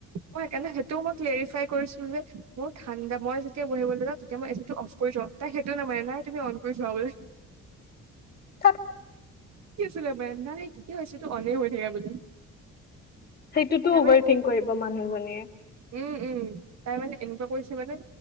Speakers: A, on the right (about 60°); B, on the left (about 30°).
A: মই সেইকাৰণে সেইটোও মই ক্লাৰিফ্ৰাই কৰিছিলো যে মোৰ ঠাণ্ডা মই যেতিয়া বহিবলৈ যাও তেতিয়া মই এ চি টো অফ কৰি থও। তাই সেইটো নামানে নাই তুমি অন কৰি থোৱা বোলে।
B: থাত
A: কি আছিলে মেন নাই তেতিয়াও এ চি টো অনে হৈ থাকে বোলে।
B: সেইটোতো
A: তাই
B: অভাৰ
A: মানে
B: থিংক কৰিব মানুহজনীয়ে
A: উম উম। তাই মানে এনেকুৱা কৰিছে মানে,